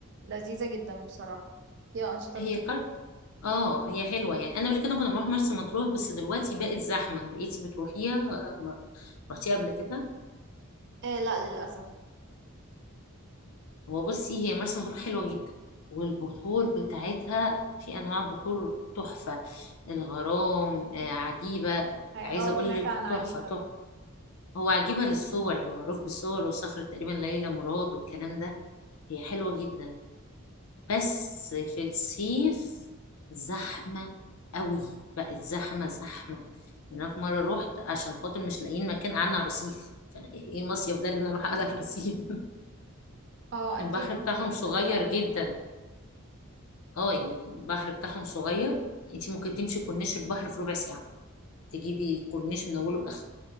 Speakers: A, on the right; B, on the left.
A: لذيذة جدا بصراحة فيها أنشطة
B: هي
A: كتير
B: كار... اه هي حلوه يعني انا قبل كده كنا بنروح مرسى مطروح بس دلوقتي بقت زحمه بقيتي بتروحيها آه، م- رحتيها قبل كده
A: آه لا للأسف
B: هو بصي هي مرسى مطروح حلوة جدا والبحور بتاعتها في أنواع بحور تحفة الغرام آه، عجيبة
A: اه
B: عايزة أقول
A: سمعت
B: لك
A: عن عجيبة
B: تحفة تحفة
A: ده
B: هو عجيبة للصور يعني معروف بالصور وصخرة تقريبا ليلى مراد والكلام ده هي حلوة جدا بس في الصيف زحمة قوي بقت زحمة زحمة يعني أنا في مرة رحت عشان خاطر مش لاقيين مكان قعدنا على الرصيف فإيه مصيف ده اللي أنا أروح أقعد على الرصيف <laughs>
A: اه
B: البحر
A: اكيد
B: بتاعهم
A: بتبقى
B: صغير
A: زحمة قوي
B: جدا
A: بصراحة
B: اه يعني البحر بتاعهم صغير انت ممكن تمشي كورنيش البحر في ربع ساعة تجيبي الكورنيش من اوله لاخره